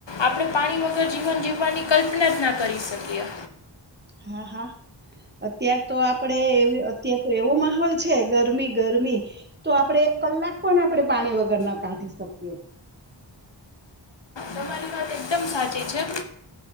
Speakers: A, on the left; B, on the right.
A: આપણે પાણી વગર જીવન જીવવાની કલ્પના જ ના કરી શકીએ.
B: હા હા. અત્યાર તો આપડે અત્યાર તો એવો માહોલ છે ગરમી ગરમી, તો આપડે એક કલાક પણ આપણે પાણી વગર ના કાઢી શકીએ.
A: તમારી વાત એકદમ સાચી છે,